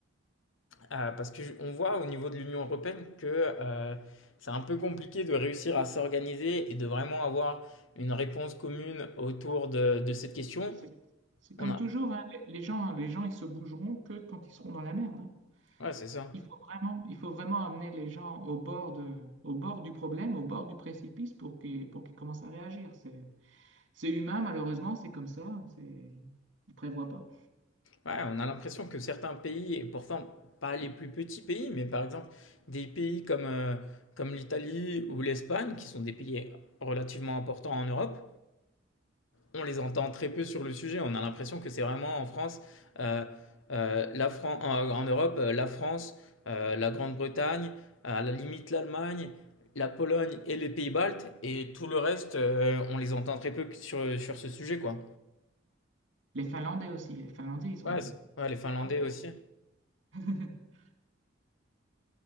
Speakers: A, on the left; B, on the right.
A: Euh, parce qu'on voit au niveau de l'Union européenne que euh, c'est un peu compliqué de réussir à s'organiser et de vraiment avoir une réponse commune autour de, de cette question.
B: Bah, C'est c'est comme
A: On a,
B: toujours, hein, les les gens, les gens, ils se bougeront que quand ils seront dans la merde. hein.
A: ouais, c'est ça.
B: Il faut vraiment, il faut vraiment amener les gens au bord de, au bord du problème, au bord du précipice pour qu'ils, pour qu'ils commencent à réagir. C'est, c'est humain, malheureusement, c'est comme ça. C'est, ils prévoient pas.
A: Ouais, on a l'impression que certains pays, et pourtant pas les plus petits pays, mais par exemple des pays comme, euh, comme l'Italie ou l'Espagne, qui sont des pays relativement importants en Europe, on les entend très peu sur le sujet. On a l'impression que c'est vraiment en France, euh, euh, la Fran- en, en Europe, euh, la France, euh, la Grande-Bretagne, euh, à la limite l'Allemagne, la Pologne et les Pays-Baltes, et tout le reste, euh, on les entend très peu sur, sur ce sujet, quoi.
B: Les Finlandais aussi, les Finlandais, ils
A: Ouais,
B: ont,
A: c'est- ouais, les Finlandais
B: ils ont peur.
A: aussi.
B: <laughs>